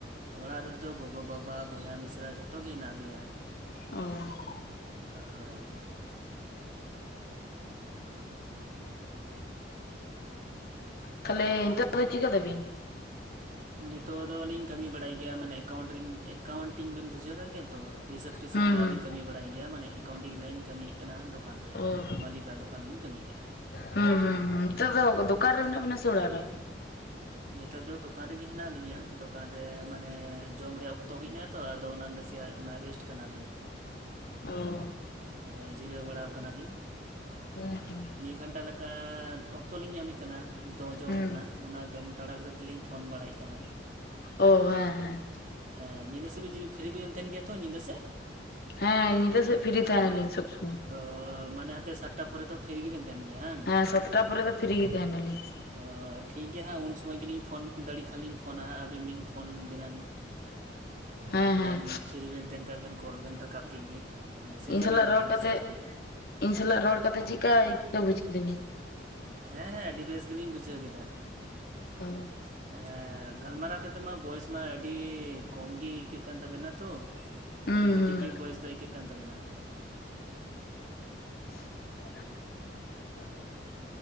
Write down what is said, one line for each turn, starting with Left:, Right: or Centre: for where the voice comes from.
Right: ᱚᱲᱟᱜ ᱨᱮᱫᱚ ᱜᱚᱜᱚᱼᱵᱟᱵᱟ ᱵᱚᱭᱦᱟ ᱢᱤᱥᱨᱟ ᱡᱷᱚᱛᱚ ᱜᱮ ᱦᱮᱱᱟᱜ ᱞᱮᱭᱟ
Left: ᱚ
Right: ᱦᱳᱭ
Left: ᱛᱟᱦᱞᱮ ᱱᱤᱛᱚᱜ ᱫᱚ ᱪᱤᱠᱟᱹᱭ ᱫᱟᱵᱤᱱ
Right: ᱱᱤᱛᱚᱜ ᱫᱚᱞᱤᱧ ᱠᱟᱹᱢᱤ ᱵᱟᱲᱟᱭ ᱜᱮᱭᱟ ᱢᱟᱱᱮ ᱮᱠᱟᱣᱩᱱᱴ ᱨᱮᱧ ᱮᱠᱟᱣᱩᱱᱴᱤᱝ ᱵᱮᱱ ᱵᱩᱡᱷᱟᱹᱣ ᱟᱠᱟᱫ ᱜᱮᱭᱟ ᱛᱚ ᱦᱤᱥᱟᱹᱵᱽ ᱴᱤᱥᱟᱹᱵᱽ
Left: ᱦᱩᱸ
Right: ᱨᱮᱭᱟᱜ
Left: ᱦᱩᱸ
Right: ᱟᱞᱤᱧ ᱠᱟᱹᱢᱤ ᱵᱟᱲᱟᱭ ᱜᱮᱭᱟ ᱢᱟᱱᱮ ᱮᱠᱟᱣᱩᱱᱴᱤᱝ ᱞᱟᱭᱤᱱ ᱠᱟᱹᱢᱤ ᱠᱟᱱᱟ ᱫᱚᱠᱟᱱ ᱨᱮ
Left: ᱚ
Right: ᱢᱟᱹᱟᱞᱤᱠᱟᱜ ᱫᱚᱠᱟᱱ ᱨᱮᱞᱤᱧ ᱠᱟᱹᱢᱤ ᱠᱟᱱᱟ
Left: ᱦᱩᱸ ᱦᱩᱸ ᱦᱩ ᱱᱤᱛᱚᱜ ᱫᱚ ᱫᱚᱠᱟᱱ ᱨᱮ ᱢᱮᱱᱟᱜ ᱵᱤᱱᱟ ᱥᱮ ᱚᱲᱟᱜ ᱨᱮ
Right: ᱱᱤᱛᱚᱜ ᱫᱚ ᱫᱚᱠᱟᱱ ᱨᱮᱜᱮ ᱦᱮᱱᱟᱜ ᱞᱤᱧᱟᱹ ᱫᱚᱠᱟᱱ ᱨᱮ ᱢᱟᱱᱮ ᱡᱚᱢ ᱨᱮᱭᱟᱜ ᱚᱠᱛᱚ ᱦᱩᱭ ᱮᱱᱟ ᱛᱚ ᱟᱫᱚ ᱚᱱᱟ ᱱᱟᱥᱮᱭᱟᱜ ᱚᱱᱟ ᱨᱮᱥᱴ ᱠᱟᱱᱟᱞᱤᱧ
Left: ᱚ
Right: ᱦᱮᱸ ᱡᱤᱨᱟᱹᱣ ᱵᱟᱲᱟ ᱠᱟᱱᱟᱞᱤᱧ
Left: ᱦᱩᱸ ᱦᱩᱸ
Right: ᱢᱤᱫ ᱜᱷᱟᱱᱴᱟ ᱞᱮᱠᱟ ᱚᱠᱛᱚ ᱞᱤᱧ ᱧᱟᱢᱮᱫ ᱠᱟᱱᱟ ᱫᱚ ᱡᱚᱢ
Left: ᱦᱩᱸ
Right: ᱨᱮᱱᱟᱜ ᱚᱱᱟ ᱡᱚᱢ ᱛᱟᱲᱟᱠ ᱨᱮᱜᱮ ᱞᱤᱧ ᱯᱷᱳᱱ ᱵᱟᱲᱟᱭᱮᱫ ᱠᱟᱱᱟ
Left: ᱚ ᱦᱮᱸ ᱦᱮᱸ
Right: ᱦᱮᱸ ᱧᱤᱫᱟᱹ ᱥᱮᱫ ᱯᱷᱨᱤ ᱵᱤᱱ ᱛᱟᱦᱮᱸᱱ ᱜᱮᱭᱟ ᱛᱚ ᱧᱤᱫᱟᱹ ᱥᱮᱫ
Left: ᱦᱮᱸ ᱧᱤᱫᱟᱹ ᱥᱮᱫ ᱯᱷᱤᱨᱤ ᱛᱟᱦᱮᱱᱟ ᱞᱤᱧ ᱥᱚᱵ ᱥᱚᱢᱚᱭ
Right: ᱚ ᱢᱟᱱᱮ ᱦᱟᱱᱛᱮ ᱥᱟᱛᱴᱟ ᱯᱚᱨᱮ ᱫᱚ ᱯᱷᱤᱨᱤ ᱜᱮᱵᱮᱱ ᱛᱟᱦᱮᱱ ᱜᱮᱭᱟ ᱦᱟᱝ
Left: ᱦᱮᱸ ᱥᱟᱛᱴᱟ ᱯᱚᱨᱮ ᱫᱚ ᱯᱷᱤᱨᱤ ᱜᱮ ᱛᱟᱦᱮᱱᱟ ᱞᱤᱧ
Right: ᱚ ᱴᱷᱤᱠᱜᱮᱭᱟ ᱦᱟᱸᱜ ᱩᱱ ᱥᱚᱢᱚᱭ ᱜᱮᱞᱤᱧ ᱯᱷᱳᱱ ᱫᱟᱲᱮᱭᱟᱜ ᱠᱷᱟᱱ ᱞᱤᱧ ᱯᱷᱳᱱᱟ ᱦᱟᱸᱜ ᱟᱹᱵᱤᱱ ᱞᱤᱧ ᱯᱷᱳᱱ ᱵᱤᱱᱟ ᱞᱤᱧ
Left: ᱦᱮᱸ
Right: ᱡᱩᱫᱤ
Left: ᱦᱮᱸ
Right: ᱵᱮᱱ ᱯᱷᱨᱤ ᱵᱮᱱ ᱛᱟᱦᱮᱸᱱ ᱠᱷᱟᱡ ᱵᱮᱱ ᱠᱚᱞ ᱵᱮᱱ ᱨᱟᱠᱟᱵ ᱠᱮᱫ ᱜᱮ ᱢᱮᱥᱮᱡ
Left: ᱤᱧ
Right: ᱟᱹᱞᱤᱧ
Left: ᱥᱟᱞᱟᱜ
Right: ᱦᱟᱜ
Left: ᱨᱚᱲ
Right: ᱦᱳᱣᱟᱴᱥᱮᱯ
Left: ᱠᱟᱛᱮᱜ
Right: ᱨᱮᱜᱮ
Left: ᱤᱧ ᱥᱟᱞᱟᱜ ᱨᱚᱲ ᱠᱟᱛᱮᱫ ᱪᱮᱫ ᱞᱮᱠᱟ ᱟᱹᱭᱠᱟᱹᱭ ᱵᱩᱡ ᱠᱮᱫᱟ ᱵᱤᱱ
Right: ᱦᱮᱸ ᱦᱮᱸ ᱟᱹᱰᱤ ᱵᱮᱥ ᱜᱮᱞᱤᱧ ᱵᱩᱡᱷᱟᱹᱣ ᱠᱮᱫᱟ
Left: ᱦᱚᱸ
Right: ᱦᱮᱸ ᱜᱟᱞᱢᱟᱨᱟᱣ ᱠᱟᱛᱮᱜ ᱢᱟ ᱵᱚᱭᱮᱥ ᱢᱟ ᱟᱹᱰᱤ ᱠᱚᱢ ᱜᱮ ᱟᱹᱭᱠᱟᱹᱜ ᱠᱟᱱ ᱛᱟᱵᱮᱱᱟ ᱛᱚ
Left: ᱦᱩᱸ
Right: ᱟᱹᱰᱤ ᱠᱟᱹᱴᱤᱡ
Left: ᱦᱩᱸ
Right: ᱜᱮ ᱵᱚᱭᱮᱥ ᱫᱚ ᱟᱹᱭᱠᱟᱹᱜ ᱠᱟᱱ ᱛᱟᱵᱮᱱᱟ
Left: <unintelligible>